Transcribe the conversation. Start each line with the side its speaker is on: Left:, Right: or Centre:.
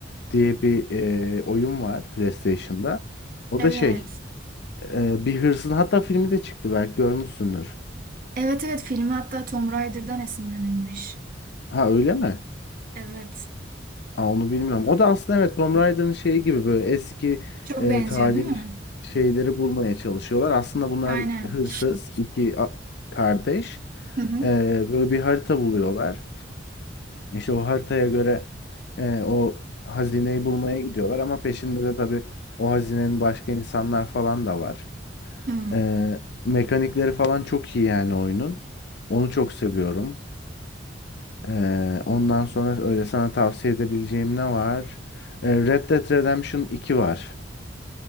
Left: diye bir e, oyun var PlayStation'da. O
Right: Evet.
Left: da şey e, bir hırsız hatta filmi de çıktı belki görmüşsündür.
Right: Evet evet filmi hatta Tomb Raider'dan esinlenilmiş.
Left: Ha öyle mi?
Right: Evet.
Left: Aa, onu bilmiyorum. O da aslında evet Tomb Raider'ın şeyi gibi böyle eski
Right: Çok
Left: e,
Right: benziyor
Left: tarihi
Right: değil mi?
Left: şeyleri bulmaya çalışıyorlar. Aslında bunlar
Right: Aynen.
Left: hırsız iki a- kardeş.
Right: Hı hı.
Left: E, böyle bir harita buluyorlar. İşte o haritaya göre e, o hazineyi bulmaya gidiyorlar ama peşinde de tabii o hazinenin başka insanlar falan da var.
Right: Hı.
Left: E, mekanikleri falan çok iyi yani oyunun. Onu çok seviyorum. Ee, ondan sonra öyle sana tavsiye edebileceğim ne var? Ee, Red Dead Redemption 2 var.